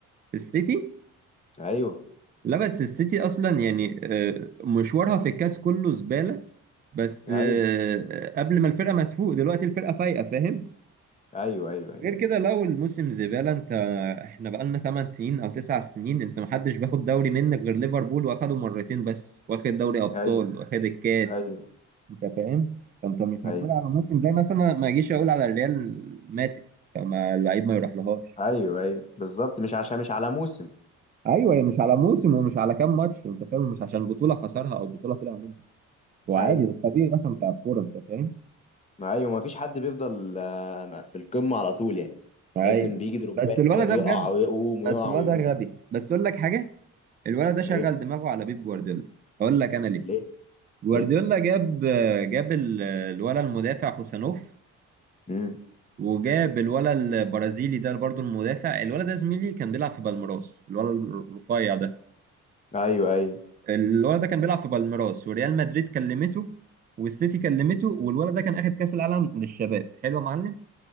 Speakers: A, on the right; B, on the left.
A: السيتي
B: ايوه
A: لا بس السيتي اصلا يعني آه، مشوارها في الكاس كله زباله بس
B: ايوه
A: آه، آه، قبل ما الفرقه ما تفوق دلوقتي الفرقه فايقه فاهم
B: ايوه ايوه ايوه
A: غير كده لو الموسم زباله انت احنا بقالنا 8 سنين او 9 سنين انت محدش بياخد دوري منك غير ليفربول واخده مرتين بس واخد دوري ابطال
B: ايوه
A: واخد الكاس
B: ايوه
A: انت فاهم فانت مش
B: ايوه
A: هتقول على موسم زي مثلا ما اجيش اقول على الريال ماتت فما اللعيب ما يروح لهاش
B: ايوه ايوه بالظبط مش عشان مش على موسم
A: ايوه هي مش على موسم ومش على كام ماتش انت فاهم مش عشان بطوله خسرها او بطوله طلع منها وعادي
B: ايوه
A: ده الطبيعي اصلا بتاع الكوره انت فاهم
B: ما ايوه ما فيش حد بيفضل آه، في القمه على طول يعني
A: اي
B: لازم بيجي دروبات
A: بس الولد
B: كده بيقع
A: ده بجد
B: ويقوم ويقع
A: بس الولد
B: ويقوم
A: ده غبي بس اقول لك حاجه الولد ده شغل
B: ليه
A: دماغه على بيب جوارديولا اقول لك انا ليه
B: ليه
A: جوارديولا
B: ليه
A: جاب جاب ال- الولد المدافع خوسانوف
B: امم
A: وجاب الولد البرازيلي ده برضو المدافع الولد ده زميلي كان بيلعب في بالميراس الولد الرفيع ده
B: ايوه ايوه
A: الولد ده كان بيلعب في بالميراس وريال مدريد كلمته والسيتي كلمته والولد ده كان اخد كاس العالم للشباب حلو يا معلم